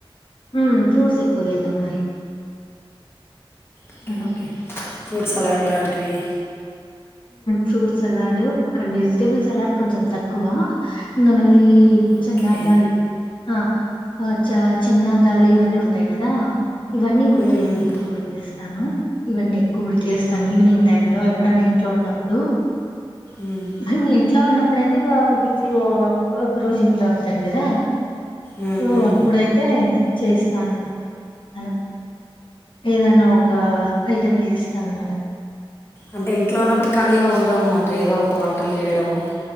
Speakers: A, on the left (about 60°); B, on the left (about 25°).
A: హ్మ్ ఫ్రూట్స్ ఎ కు తింటాం మరి
B: ఓకే
A: ఆ!
B: ఓకే ఫుడ్స్ సలాడ్ లాంటివి
A: ఫ్రూట్స్ సల్లాడ్ ఒక వెజిటబుల్ సల్లాడ్ కొంచెం తక్కువ ఇంకా మళ్ళీ
B: ఓకే
A: చనదాల్ ఆ ఆ చ చిన్నదాలు ఇవన్నీ ఉంటాయి కదా ఇవన్నీ ఉడికే
B: మ్మ్.
A: ఎక్కువ ఉడికేస్తాను ఇవన్నీ ఎక్కువ ఉడికేస్తా తాను ఈవినింగ్ టైమ్ లో ఎప్పుడై నా ఇంట్లో ఉన్నప్పుడు
B: ఉమ్,
A: మేము ఇంట్లో ఉన్నప్పుడుయితే వీటిలో ఒక రోజు ఇంట్లో ఉంటాను కదా
B: ఉమ్,
A: సో
B: ఉమ్.
A: అప్పుడైతే చేస్తాను అలా ఏదన్నా ఒక ఐటెమ్ చేస్తా అన్నమాట
B: అంటే ఇంట్లో ఉన్నప్పుడు ఖాళీగా ఉండదున్నమాట ఏదో ఒక వంటలు చేయడము